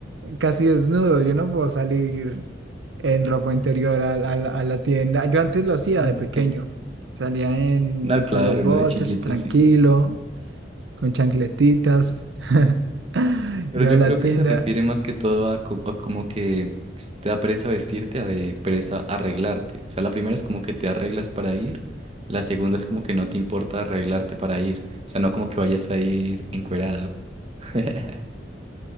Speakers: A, on the right; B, on the right.
A: casi desnudo. Yo no puedo salir en ropa interior a, la a la- a la tienda. Yo antes lo hacía
B: Mm.
A: de pequeño.
B: <laughs>
A: Salía en,
B: No, claro,
A: con los
B: uno
A: boxers,
B: de chiquito,
A: tranquilo,
B: sí.
A: con chancletitas. <laughs>
B: Pero
A: Iba
B: yo
A: a la
B: creo
A: tienda.
B: que se refiere más que todo a, co- a como que te da pereza vestirte, a de pereza arreglarte. O sea, la primera es como que te arreglas para ir, la segunda es como que no te importa arreglarte para ir. O sea, no como que vayas a ir encuerado. <laughs>